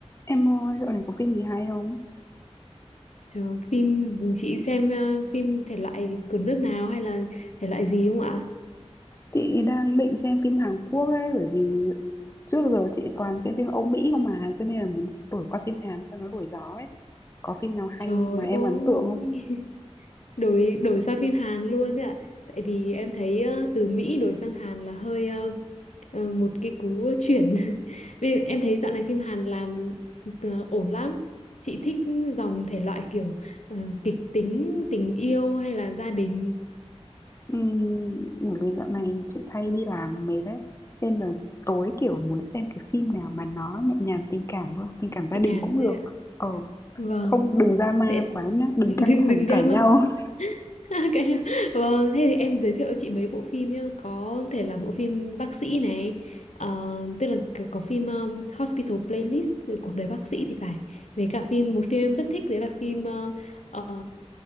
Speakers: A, on the left (about 25°); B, on the left (about 85°).
A: Em ơi, dạo này có phim gì hay không?
B: Trời ơi, phim chị xem ờ, phim thể loại của nước nào hay là thể loại gì không ạ?
A: Chị đang định xem phim Hàn Quốc ấy, bởi vì trước giờ chị toàn xem phim Âu Mỹ không mà, cho nên là muốn đổi qua phim Hàn cho nó đổi gió ấy. Có phim nào hay
B: Trời
A: mà em
B: ơi,
A: ấn tượng không?
B: <laughs> đổi đổi sang phim Hàn luôn đấy ạ. Tại vì em thấy ờ, từ Mỹ đổi sang Hàn là hơi ờ, ờ, một cái cú chuyển. <laughs> Vì em thấy dạo này phim Hàn làm ờ, ổn lắm. Chị thích dòng thể loại kiểu ờ, kịch tính, tình yêu hay là gia đình
A: Ừm, bởi vì dạo này chị hay đi làm mệt ấy, nên là tối kiểu muốn xem cái phim nào mà nó nhẹ nhàng tình cảm thôi, tình cảm
B: nhẹ
A: gia đình
B: nhàng
A: cũng
B: thế
A: được.
B: ạ.
A: Ờ,
B: Vâng.
A: không đừng drama
B: Thế
A: quá nhá,
B: <laughs>
A: đừng
B: đừng
A: căng thẳng
B: đừng drama.
A: cãi nhau. <laughs>
B: <laughs> Cái vâng, thế thì em giới thiệu cho chị mấy bộ phim nhá, có thể là bộ phim bác sĩ này, ờ, tức là có có phim um, Hospital Playlist về cuộc đời bác sĩ thì phải. Với cả phim một phim em rất thích đấy là phim ờ, ờ,